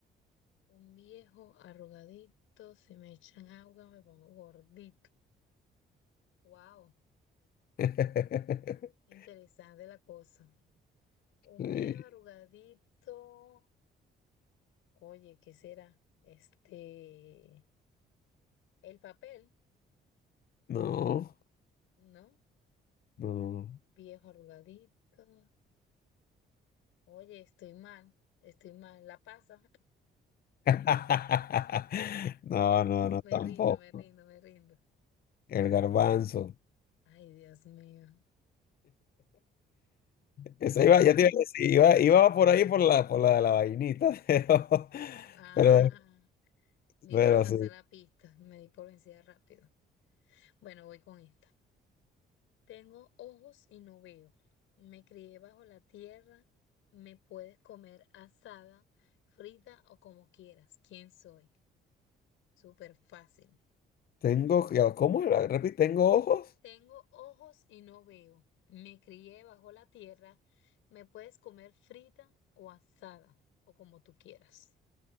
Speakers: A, on the left; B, on the left.
A: Un viejo arrugadito, si me echan agua me pongo gordito. Wow,
B: <laughs>
A: interesante la cosa. Un
B: Sí,
A: viejo arrugadito. Oye, ¿qué será? Este, el papel,
B: No,
A: ¿no?
B: no.
A: Viejo arrugadito. Oye, estoy mal, estoy mal. La pasa.
B: <laughs> No, no,
A: <laughs>
B: no,
A: Me
B: tampoco.
A: rindo, me rindo, me rindo.
B: El garbanzo.
A: Ay, Dios mío.
B: Esa
A: Bueno,
B: iba,
A: voy.
B: ya te iba a decir, iba, iba por ahí por la, por la de la vainita, <laughs> pero,
A: Ah,
B: pero,
A: me
B: pero
A: iba a lanzar
B: sí.
A: la pista. Me di por vencida rápido. Bueno, voy con esta. Tengo ojos y no veo. Me crié bajo la tierra. Me puedes comer asada, frita o como quieras. ¿Quién soy? Súper fácil.
B: Tengo, ya, ¿cómo era? Repite, tengo ojos,
A: Tengo ojos y no veo. Me crié bajo la tierra. Me puedes comer frita o asada o como tú quieras.